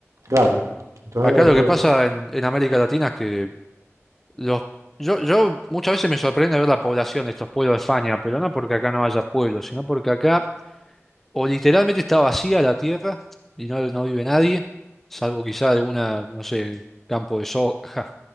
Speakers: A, on the right; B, in the centre.
A: claro, entonces
B: Acá lo
A: eso,
B: que Claro. pasa en, en América Latina es que los, yo, yo muchas veces me sorprende ver la población de estos pueblos de España, pero no porque acá no haya pueblos, sino porque acá o literalmente está vacía la tierra y no, no vive nadie, salvo quizá alguna, no sé, campo de soja